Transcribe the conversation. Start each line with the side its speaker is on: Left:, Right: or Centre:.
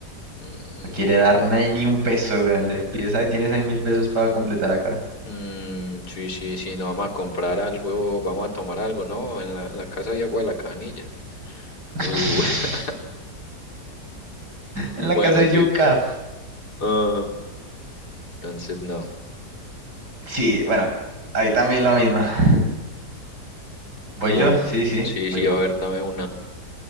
Left: mm,
Right: no quiere dar na- ni un peso, weón. Le pides, ahí tienes ahí mil pesos para completar acá.
Left: mm, sí, sí, sí, no vamos a comprar algo, vamos a tomar algo, ¿no? En la, en la casa hay agua de la canilla.
Right: <laughs>
Left: Uh, <laughs>
Right: En
Left: bueno,
Right: la casa de
Left: sí.
Right: Yuka.
Left: Ah, entonces, no.
Right: Sí, bueno, ahí también la misma. ¿Voy
Left: Bueno,
Right: yo? Sí, sí,
Left: sí,
Right: voy
Left: sí,
Right: yo.
Left: a ver, dame una.